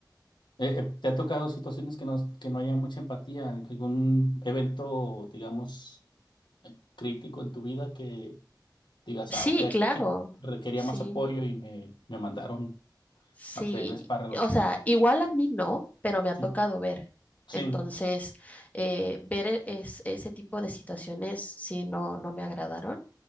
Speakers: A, on the left; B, on the left.
A: Eh, eh, ¿te ha tocado situaciones que no, que no haya mucha empatía? ¿Algún evento, digamos, eh, crítico en tu vida que digas,
B: Sí,
A: ah, ok, aquí
B: claro,
A: aquí requería
B: sí,
A: más apoyo y me, me mandaron
B: sí.
A: a freír espárragos?
B: O sea, igual a mí no, pero me ha tocado
A: Sí,
B: ver.
A: sí,
B: Entonces, eh, ver e- es- ese tipo de situaciones sí no, no me agradaron.